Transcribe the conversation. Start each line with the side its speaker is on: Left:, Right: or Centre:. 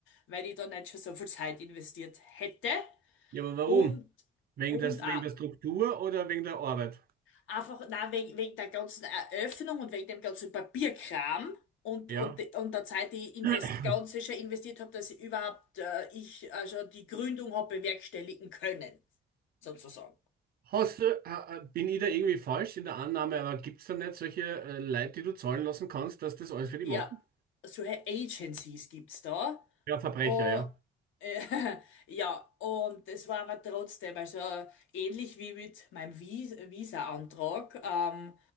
Left: wenn ich da nicht schon so viel Zeit investiert hätte
Right: Ja, aber warum?
Left: und,
Right: Wegen
Left: und
Right: der,
Left: auch
Right: wegen der Struktur oder wegen der Arbeit?
Left: Einfach, na, wegen, wegen der ganzen Eröffnung und wegen dem ganzen Papierkram und,
Right: Ja.
Left: und, und der Zeit, die ich in
Right: <clears throat>
Left: das Ganze schon investiert habe, dass ich überhaupt äh, ich also die Gründung habe bewerkstelligen können, sozusagen.
Right: Hast du, ha- bin ich da irgendwie falsch in der Annahme, aber gibt es da nicht solche äh, Leute, die du zahlen lassen kannst, dass das alles für die
Left: Ja,
Right: machen?
Left: solche Agencies gibt's da.
Right: Ja, Verbrecher,
Left: Und,
Right: ja.
Left: äh, <laughs> ja, und es war aber trotzdem, also ähnlich wie mit meinem Vis- Visa-Antrag. Ähm,